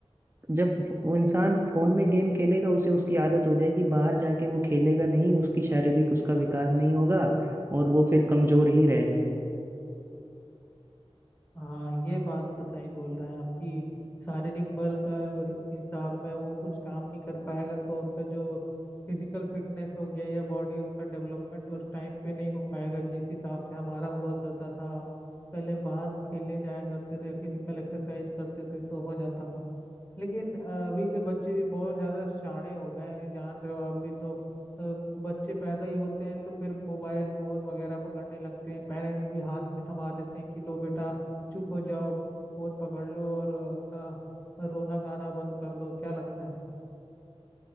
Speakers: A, on the right; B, on the left.
A: जब वो इंसान फोन में गेम खेलेगा उसे उसकी आदत हो जाएगी बाहर जाके वो खेलेगा नहीं उसकी शारीरिक उसका विकास नहीं होगा और वो फिर कमजोर ही रह जाएगा
B: हाँ ये बात तो सही बोल रहे हैं आपकी शारीरिक बल का हिसाब में वो कुछ काम नहीं कर पाएगा तो उसका जो फिजिकल फिटनेस हो गया या बॉडी उसका डेवलपमेंट उस टाइम पे नहीं हो पाएगा जिस हिसाब से हमारा हुआ करता था हम पहले बाहर खेलने जाया करते थे फिजिकल एक्सरसाइज करते थे तो हो जाता था लेकिन अभी के बच्चे भी बहुत ज्यादा शाणे हो गए हैं जान रहे हो आप भी तो अ, बच्चे पैदा ही होते हैं तो फिर मोबाइल फोन वगैरह पकड़ने लगते हैं पेरेंट्स भी हाथ में थमा देते हैं कि लो बेटा चुप हो जाओ फोन पकड़ लो और अपना रोना गाना बंद कर दो क्या लगता है